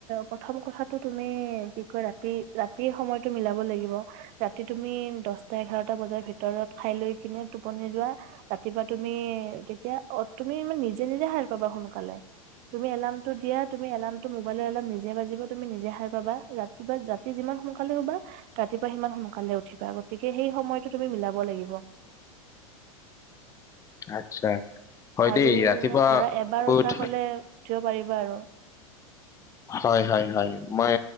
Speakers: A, on the right; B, on the left.
A: প্ৰথম কথাটো তুমি কি কয় ৰাতি ৰাতিৰ সময়তটো মিলাব লাগিব ৰাতি তুমি দহটা এঘাৰটা বজাৰ ভিতৰত খাই লৈ কিনে টোপনি যোৱা ৰাতিপুৱা তুমি তেতিয়া অ তুমি ই নিজে নিজে সাৰ পাবা সোনকালে, তুমি এলাৰ্মটো দিয়া তুমি এলাৰ্মটো মোবাইল এলাৰ্ম নিজে বাজিবা তুমি নিজে হাৰ পাবা ৰাতিপুৱা ৰাতি যিমান সোনকালে হুবা ৰাতিপুৱা সিমান সোনকালে উঠিবা গতিকে সেই সময়তটো তুমি মিলাব লাগিব।
B: আচ্ছা। হয়
A: আৰু
B: দেই ৰাতিপুৱা
A: ধৰা এবাৰ অভ্যাস
B: উঠ
A: হলে উঠিব পাৰিবা আৰু।
B: হয', হয', হয', মই